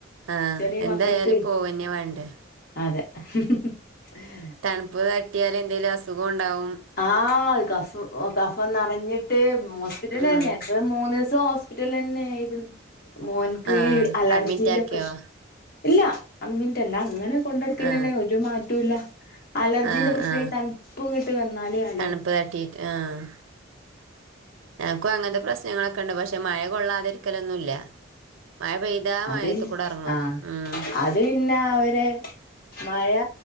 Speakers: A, on the right (about 75°); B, on the left (about 45°).
A: ആഹ്
B: ചെറിയ
A: എന്തായാലും
B: മക്കൾക്ക്
A: പോവന്നെ വേണ്ടേ.
B: അതെ ഹും ഹും ഹും
A: തണുപ്പ് തട്ടിയാല് എന്തേലും അസുഖവുണ്ടാവും.
B: ആഹ് കഫം ഒ കഫന്നറഞ്ഞിട്ട് ഹോസ്പിറ്റലിലന്നെയാ.
A: ഉം
B: അങ്ങനെ മൂന്നീസം ഹോസ്പിറ്റല്ലെന്നേര്ന്നു മോൻക്ക്
A: ആ
B: ഈ അലർജിന്റെ
A: അഡ്മിറ്റ് ആക്കിയോ
B: പ്രശ് ഇല്ല അംമിൻറ്റല്ല ഇങ്ങനെ കൊണ്ടട്ക്കെന്നന്നെ
A: ആ
B: ഒരു മാറ്റൂല്ല അലർജിന്റെ
A: ആ
B: പ്രശ്നം
A: ആ
B: ഈ തൺപ്പ് ഇങ്ങട്ട് വന്നാല് കാ
A: തണുപ്പ് തട്ടിയിട്ട് ആഹ് ഞങ്ങക്കും അങ്ങനത്തെ പ്രശ്നങ്ങളൊക്കെ ഉണ്ട് പക്ഷെ മഴ കൊള്ളാതിരിക്കലൊന്നുല്ല. മയ പെയ്താ
B: അത്
A: മയത്ത്കൂടെ
B: പിന്നെ
A: എറങ്ങും
B: ആ
A: ഉം
B: അത് പിന്നെ അവര് മഴ